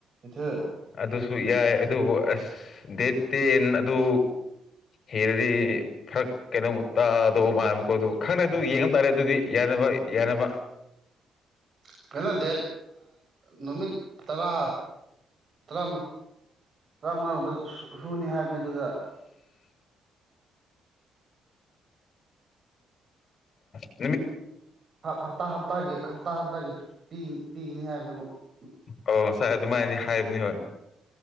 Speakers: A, on the right; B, on the left.
A: ꯀꯩꯅꯣ
B: ꯑꯗꯨꯁꯨ ꯌꯥꯏ ꯑꯗꯨꯕꯨ ꯑꯁ ꯗꯦ ꯇꯦꯟ ꯑꯗꯨ ꯍꯦꯔꯗꯤ ꯐꯔꯛ ꯀꯩꯅꯣꯃꯨ ꯇꯥꯗꯧꯕ ꯃꯥꯜꯀꯣ ꯑꯗꯨ ꯈꯪꯅ ꯑꯗꯨ ꯌꯦꯡꯉ ꯇꯥꯔꯦ ꯑꯗꯨꯗꯤ ꯌꯥꯅꯤ ꯌꯦꯅꯃ
A: <inaudible> ꯀꯩꯅꯣ ꯗꯦꯠ ꯅꯨꯃꯤꯠ ꯇꯔꯥ ꯇꯔꯥ ꯇꯔꯥꯃꯉꯥꯒꯨꯝꯕ ꯁꯨꯅꯤ ꯍꯥꯏꯕꯅꯤ ꯑꯗꯨꯗ
B: ꯎꯝ
A: ꯍꯞꯇꯥ ꯍꯞꯇꯥꯒꯤ ꯍꯞꯇꯥ ꯍꯞꯇꯥꯒꯤ ꯄꯤꯒꯅꯤ ꯍꯥꯏꯕꯗꯨ ꯑꯃ
B: ꯑ ꯉꯥꯏ ꯑꯗꯨꯃꯥꯏꯅꯤ ꯍꯥꯏꯕꯅꯤ ꯍꯣꯏ